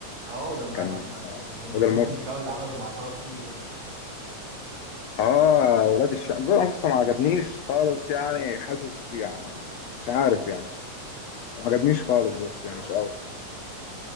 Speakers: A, on the right; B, on the left.
A: اه ولما
B: كان
A: لما المسلسل
B: هدى المفتي
A: بتاعه اللي عمله مع طه دسوقي ده
B: اه ولاد الشمس بص ما عجبنيش خالص يعني حاسس يعني مش عارف يعني ما عجبنيش
A: لا، هو
B: خالص
A: عجبني
B: بس
A: الصراحه
B: يعني مش قوي